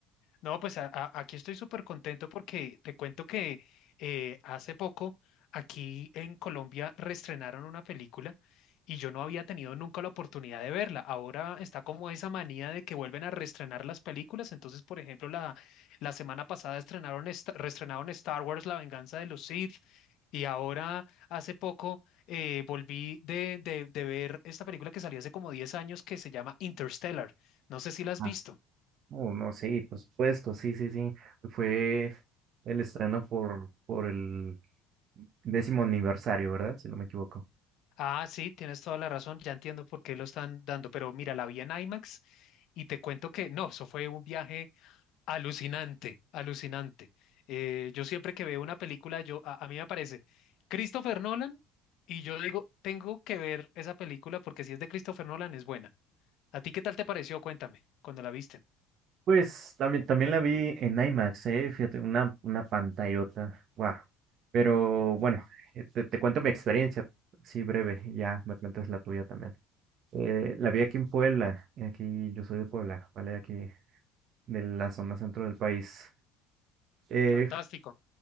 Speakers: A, on the left; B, on the right.
A: No, pues a- a- aquí estoy súper contento porque te cuento que eh, hace poco aquí en Colombia reestrenaron una película y yo no había tenido nunca la oportunidad de verla. Ahora está como esa manía de que vuelven a reestrenar las películas. Entonces, por ejemplo, la, la semana pasada estrenaron, esta- reestrenaron Star Wars, La venganza de los Sith. Y ahora, hace poco, eh, volví de, de de ver esta película que salió hace como 10 años que se llama Interstellar. No sé si la has
B: Ah,
A: visto.
B: oh, no, sí, por supuesto, sí, sí, sí. Fue el estreno por, por el décimo aniversario, ¿verdad? Si no me equivoco.
A: Ah, sí, tienes toda la razón, ya entiendo por qué lo están dando, pero mira, la vi en IMAX y te cuento que no, eso fue un viaje alucinante, alucinante. Eh, yo siempre que veo una película, yo a, a mí me aparece Christopher Nolan y yo digo, tengo que ver esa película porque si es de Christopher Nolan es buena. ¿A ti qué tal te pareció? Cuéntame, cuando la viste.
B: Pues también, también la vi en IMAX, eh, fíjate, una, una pantallota, guau. Pero bueno, eh, te, te cuento mi experiencia, sí, breve, y ya me cuentas la tuya también. Eh, la vi aquí en Puebla, aquí yo soy de Puebla, ¿vale? Aquí de la zona centro del país. Eh,
A: Fantástico.